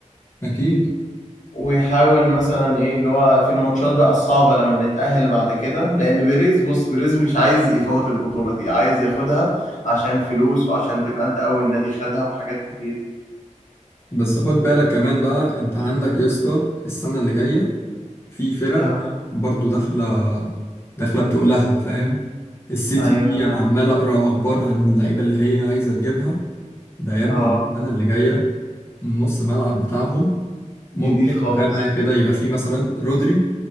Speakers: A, on the left; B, on the left.
A: أكيد
B: ويحاول مثلا ايه اللي هو في الماتشات بقى الصعبة لما نتأهل بعد كده لان بيريز بص بيريز مش عايز يفوت البطولة دي عايز ياخدها عشان فلوس وعشان تبقى انت اول نادي خدها وحاجات كتير
A: بس خد بالك كمان بقى أنت عندك يا اسطى السنة اللي جاية في فرق
B: اه
A: برضو داخلة داخلة بتقولها فاهم السيتي
B: ايوه
A: دي
B: ف
A: أنا عمال أقرأ أخبار عن اللعيبة اللي هي عايزة تجيبها ده يا ابني
B: اه
A: السنة اللي جاية نص ملعب بتاعهم ممكن
B: جديد خالص
A: تخيل معايا كده يبقى في مثلا رودري